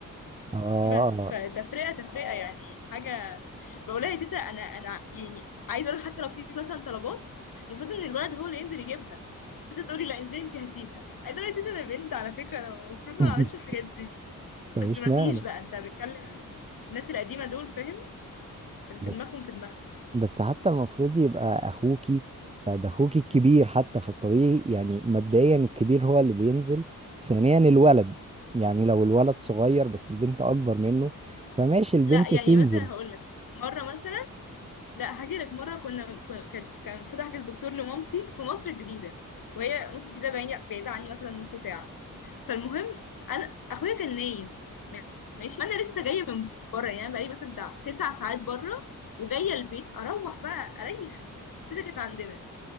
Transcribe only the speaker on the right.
اه
<laughs>
مفيش
معنى
بس
بس حتى المفروض يبقى اخوكي فده اخوكي الكبير حتى فالطبيعي يعني مبدئيا الكبير هو اللي بينزل ثانيا الولد يعني لو الولد صغير بس البنت اكبر منه فماشي البنت
تنزل